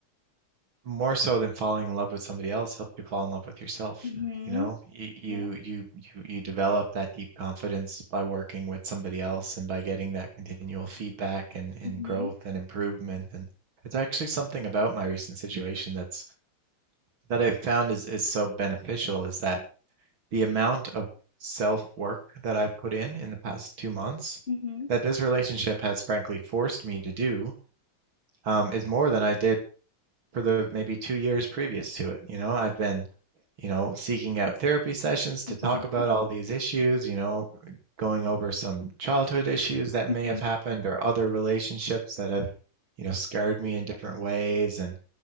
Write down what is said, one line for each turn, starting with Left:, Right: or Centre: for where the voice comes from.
Right: more so than falling in love with somebody else, help you fall in love with yourself.
Left: hmm
Right: You know, you you
Left: Yeah.
Right: you you, you develop that deep confidence by working with somebody else and by getting that continual feedback and, and
Left: hmm
Right: growth and improvement. And it's actually something about my recent situation that's that I've found is, is so beneficial is that the amount of self work that I've put in in the past two months
Left: hmm
Right: that this relationship has frankly forced me to do um, is more than I did for the maybe two years previous to it. You know, I've been, you know, seeking out therapy sessions to
Left: hmm
Right: talk about all these issues, you know, going over some childhood issues that
Left: hmm
Right: may have happened or other relationships that have, you know, scarred me in different ways. And